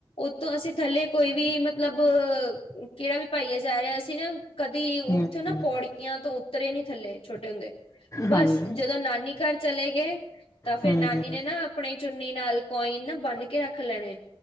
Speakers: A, on the left; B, on the left.
A: ਉਤੋਂ ਅਸੀਂ, ਥੱਲੇ ਕੋਈ ਵੀ, ਮਤਲਬ, ਕਿਹੜਾ ਵੀ ਭਾਈ ਆ ਜਾ ਰਿਹਾ, ਅਸੀਂ ਨਾ ਕਦੀ ਉੱਥੇ
B: ਹਮ
A: ਨਾ, ਪੌੜੀਆਂ ਤੋਂ ਉਤਰੇ ਨੀ, ਥੱਲੇ ਛੋਟੇ ਹੁੰਦੇ। ਬਸ,
B: ਹਾਂਜੀ
A: ਜਦੋਂ ਨਾਨੀ ਘਰ ਚਲੇ ਗਏ, ਤਾਂ ਫੇਰ
B: ਹੂੰ,
A: ਨਾਨੀ ਨੇ, ਨਾ ਆਪਣੀ ਚੁੰਨੀ, ਨਾਲ ਕੋਇਨ ਨਾ, ਬੰਨ ਕੇ ਰੱਖ ਲੈਣੇ,